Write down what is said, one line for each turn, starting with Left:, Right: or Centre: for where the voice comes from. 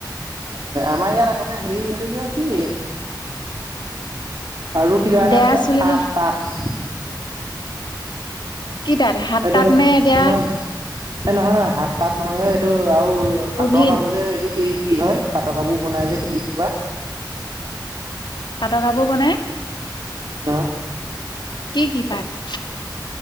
Right: আমাৰ ইয়াত আগতে হেৰি এইটো যে কি আৰু কিবা এটা
Left: বেয়া
Right: আছি নহয়
Left: চলিব
Right: পাট পাট
Left: কি তাত হাত
Right: এইটো
Left: তাত নে এতিয়া
Right: ন এ নহয় নহয় হাত তাত নহয় এইটো আৰু পাটৰ
Left: অভিন
Right: কাপোৰ যে এইটো কি কি হয় পাট কাপোৰ বনাই যে কি এইটো বা
Left: পাটৰ কাপোৰ বনাই
Right: নহয়
Left: কি কি পাট